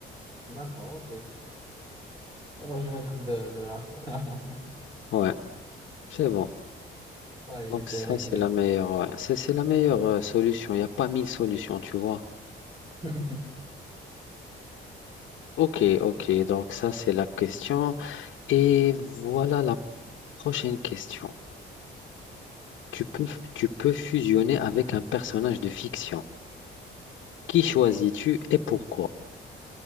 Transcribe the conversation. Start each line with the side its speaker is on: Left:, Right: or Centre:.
Right: D'accord, ok. Bon, je vais mettre de, de l'alcool. <laughs>
Left: Ouais, c'est bon.
Right: Ça y
Left: Donc
Right: est, c'est
Left: ça,
Right: réglé.
Left: c'est la meilleure, ouais. C'est, c'est la meilleure euh, solution. Il n'y a pas mille solutions, tu vois.
Right: <laughs>
Left: Ok, ok. Donc ça, c'est la question. Et voilà la prochaine question. Tu peux, tu peux fusionner avec un personnage de fiction. Qui choisis-tu et pourquoi?